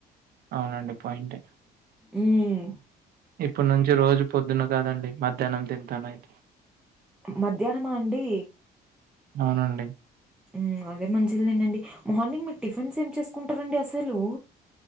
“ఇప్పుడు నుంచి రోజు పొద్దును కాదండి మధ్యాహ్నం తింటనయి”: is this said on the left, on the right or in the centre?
Right